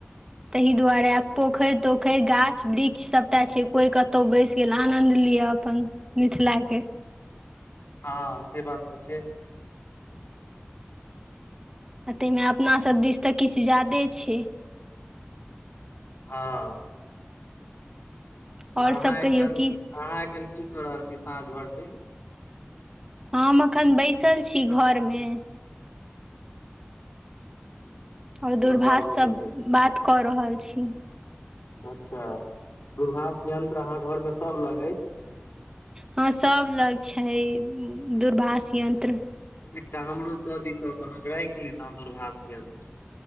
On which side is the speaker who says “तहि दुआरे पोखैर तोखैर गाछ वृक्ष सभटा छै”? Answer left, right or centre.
Right